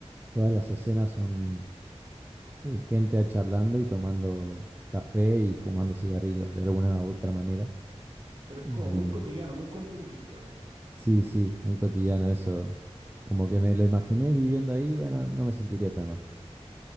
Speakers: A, on the right; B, on the right.
A: todas las escenas son eh, gente charlando y tomando café y fumando cigarrillos de alguna u otra manera.
B: Pero es
A: Y
B: como muy cotidiano, muy costumbrista.
A: sí, sí, muy cotidiano eso. Como que me lo imaginé viviendo ahí, bueno, no me sentiría tan mal.